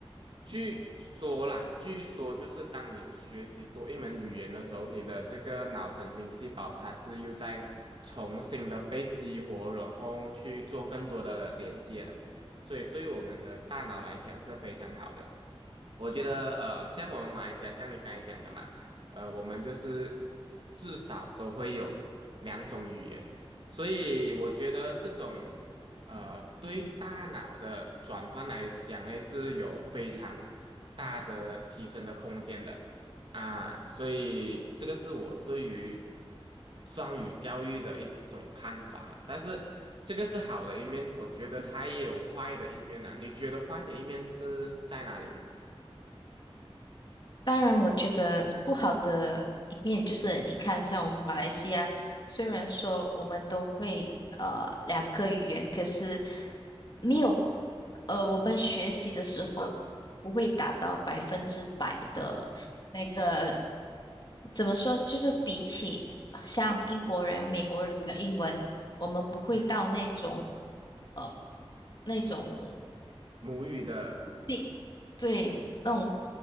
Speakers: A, on the right (about 60°); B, on the left (about 50°).
A: 据说啦，据说就是当你学习多一门语言的时候，你的这个脑神经细胞它是又在重新的被激活，然后去做更多的连接的，所以对我们的大脑来讲是非常好的。我觉得呃，像我们马来西亚，像你刚才讲的嘛。呃，我们就是至少都会有两种语言，所以我觉得这种呃对大脑的转换来讲呢，是有非常大的提升的空间的啊，所以这个是我对于双语教育的一种看法啦。但是这个是好的一面，我觉得它也有坏的一面呐。你觉得坏的一面是在哪里呢？
B: 当然，我觉得不好的一面就是你看，像我们马来西亚，虽然说我们都会呃两个语言，可是没有呃我们学习的时候不会达到百分之百的。那个怎么说？就是比起像英国人、美国人的英文，我们不会到那种
A: 嗯，
B: 呃那种
A: 母语的，
B: 地对那种